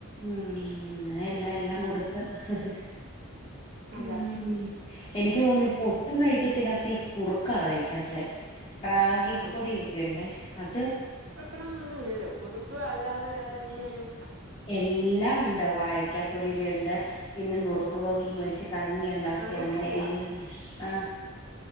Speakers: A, on the left; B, on the right.
A: ഉം ങ്ങനെ. എല്ല എല്ലാം കൊടുത്ത് ഹ് ഹ്
B: അതെ
A: ഉം എനിക്ക് തോന്ന് ഇപ്പൊ ഒട്ടും കഴിക്കത്തില്ലാ തീ കുറുക്കാ കഴിക്കാത്തെ റാഗി
B: ഉം
A: പൊടി ഒക്കെ ഉണ്ടേ അത്
B: ണമെന്നുല്ലല്ലോ കുറുപ്പ് അല്ലാതെ വേറെന്തെലും
A: എല്ലാം ഉണ്ട് വാഴക്കാപ് പൊടിയുടെയുണ്ട്. പിന്നെ നുറുക്കുഗോതമ്പു
B: ഉം
A: മേടിച്ച് കഞ്ഞി എണ്ടാക്കി
B: അങ്ങനെയല്ല
A: അങ്ങനെ എല്ലാംണ്ട് ആഹ്